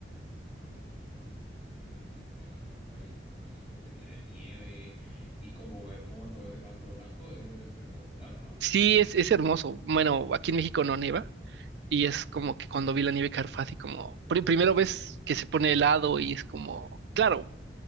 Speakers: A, in the centre; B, on the right.
A: Bueno, pero debe ser una experiencia increíble, digamos, llegar a un país como estos que tiene nieve y como ver como todo ese mato blanco debe ser espectacular, ¿no?
B: Sí, es, es hermoso. Bueno, aquí en México no neva y es como que cuando vi la nieve caer fue así como, pri- primero ves que se pone helado y es como, claro,